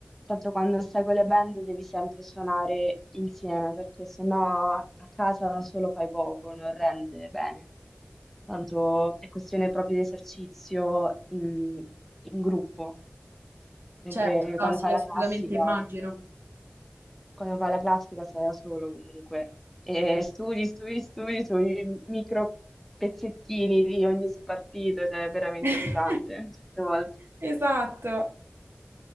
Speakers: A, in the centre; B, on the right.
A: Tanto quando stai con le band devi sempre suonare insieme, perché sennò a casa da solo fai poco, non rende bene. Tanto è questione proprio di esercizio in, in gruppo, mentre
B: Certo, no,
A: quando
B: sì,
A: fai
B: assolutamente
A: la classica
B: immagino.
A: quando fai la classica stai da solo comunque. E studi, studi, studi sui micro pezzettini di ogni spartito ed è veramente
B: <laughs>
A: pesante certe volte.
B: Esatto.